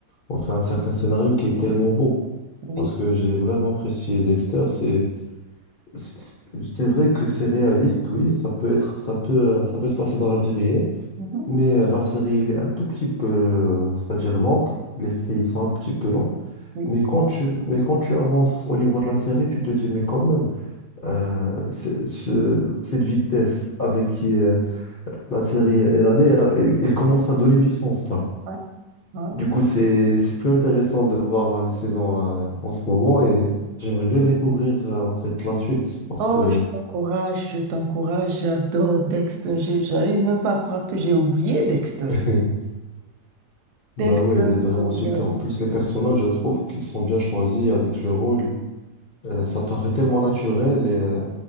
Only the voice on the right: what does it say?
oui.
Mhm.
Oui.
Ouais. Ouais.
Oh,
je t'encourage, je t'encourage, j'adore Dexter. Je- J'arrive même pas à croire que j'ai oublié Dexter.
Dexter,
je vais
regarder.